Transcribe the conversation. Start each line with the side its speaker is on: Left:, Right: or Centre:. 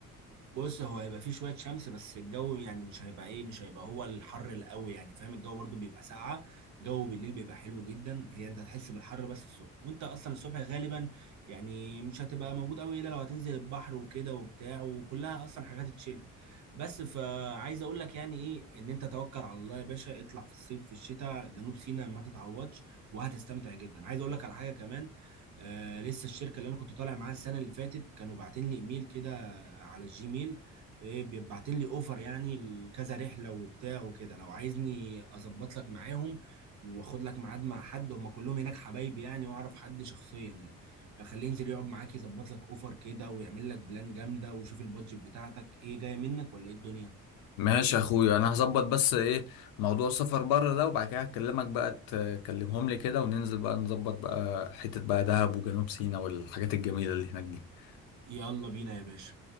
Right: بص هو هيبقى فيه شوية شمس بس الجو يعني مش هيبقى ايه مش هيبقى هو الحر القوي يعني فاهم الجو برضو بيبقى ساقعة جو بالليل بيبقى حلو جدا هي انت هتحس بالحر بس الصبح وانت اصلا الصبح غالبا يعني مش هتبقى موجود قوي الا لو هتنزل البحر وكده وبتاع وكلها اصلا حاجات تشيل بس فعايز اقول لك يعني ايه ان انت توكل على الله يا باشا اطلع في الصيف في الشتاء جنوب سيناء ما تتعوضش وهتستمتع جدا عايز اقول لك على حاجة كمان آه لسه الشركة اللي انا كنت طالع معاها السنة اللي فاتت كانوا باعتين لي ايميل كده على الجيميل إيه بيبعتين لي اوفر يعني لكذا رحله وبتاع وكده لو عايزني اظبط لك معاهم واخد لك ميعاد مع حد هم كلهم هناك حبايبي يعني واعرف حد شخصيا يعني اخليه ينزل يقعد معاك يظبط لك اوفر كده ويعمل لك بلان جامده وشوف البادجت بتاعتك ايه جايه منك ولا ايه الدنيا
Left: ماشي يا اخويا انا هظبط بس ايه موضوع السفر بره ده وبعد كده هكلمك بقى تكلمهم لي كده وننزل بقى نظبط بقى حتة بقى دهب وجنوب سيناء والحاجات الجميلة اللي هناك دي
Right: يلا بينا يا باشا